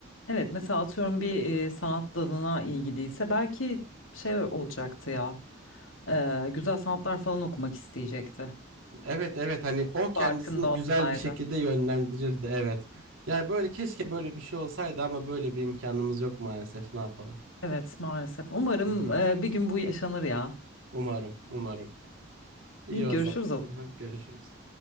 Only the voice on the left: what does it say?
evet mesela atıyorum bir e, sanat dalına ilgiliyse belki şey olacaktı ya E, güzel sanatlar falan okumak isteyecekti.
Farkında
olsaydı.
Evet maalesef umarım
e, bir gün bu yaşanır ya.
İyi görüşürüz
o